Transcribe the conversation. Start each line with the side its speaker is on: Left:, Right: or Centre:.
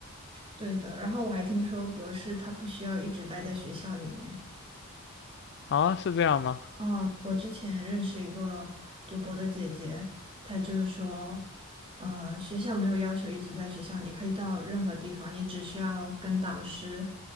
Right: 对的。然后我还听说博士他不需要一直待在学校里面。
Left: 啊，是这样吗？
Right: 哦，我之前认识一个读博的姐姐，她就是说，呃，学校没有要求一直在学校，你可以到任何地方，你只需要跟导师